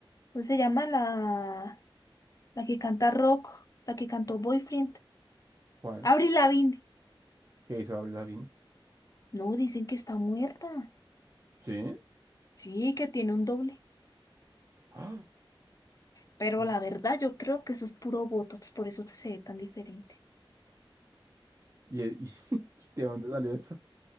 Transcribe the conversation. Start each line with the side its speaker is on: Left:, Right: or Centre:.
Left: ¿cómo se llama? La, la que canta rock, la que cantó Boyfriend.
Right: ¿cuál?
Left: Avril Lavigne.
Right: ¿Qué hizo Avril Lavigne?
Left: No, dicen que está muerta.
Right: Sí.
Left: Sí, que tiene un doble.
Right: <gasps> ¡Ah!
Left: Pero
Right: ¿Y,
Left: la verdad, yo creo que eso es puro botox, por eso se ve tan diferente.
Right: y- y- <laughs> ¿de dónde salió eso